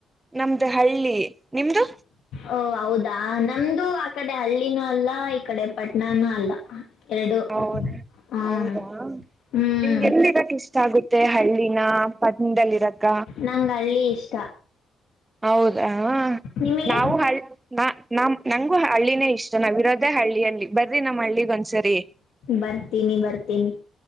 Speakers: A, on the right; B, on the left.
A: ನಮ್ದ ಹಳ್ಳಿ ನಿಮ್ದು.
B: ಓ ಹೌದಾ ನಮ್ದು ಆ ಕಡೆ ಹಳ್ಳಿನೂ ಅಲ್ಲ ಈ ಕಡೆ ಪಟ್ನಾನೂ ಅಲ್ಲ. ಎರಡು
A: ಹೌದ
B: ಹ್ಮ್
A: ಹೌದಾ
B: ಹ್ಮ್
A: ನಿಮ್ಗೆ ಎಲ್ಲಿ ಇರಕ್ ಇಷ್ ಷ್ಟ ಆಗುತ್ತೆ ಹಳ್ಳಿನ ಪಟ್ನದಲ್ಲಿ ಇರಕ.
B: ನಂಗ ಹಳ್ಳಿ ಇಷ್ಟ.
A: ಹೌದಾ
B: ನಿಮಗೆ
A: ನಾವು ಹಳ ನಾ ನಮ್ ನಂಗೂ ಹಳ್ಳಿನೇ ಇಷ್ಟ ನಾವ್ ಇರೋದೇ ಹಳ್ಳಿ ಹಳ್ಳಿ ಬರ್ರಿ ನಮ್ಮ ಹಳ್ಳಿಗ ಒಂದ್ಸರಿ.
B: ಬರ್ತೀನಿ. ಬರ್ತೀನಿ.